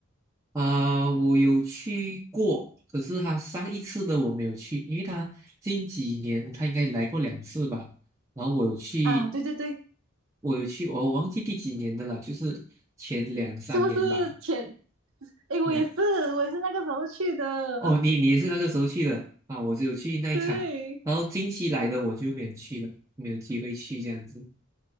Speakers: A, on the right; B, on the right.
A: 啊、我有去过，可是他上一次的我没有去，因为他近几年他应该来过两次吧。然后我有去，
B: 啊，对对对，
A: 我有去，我忘记第几年的了，就是前两三年吧。
B: 是不是前哎，我也是，
A: 两，
B: 我也是那个时候去的，
A: 哦，你你也是那个时候去的啊？我只有去那一场，
B: 对，
A: 然后近期来的我就没有去了，没有机会去这样子。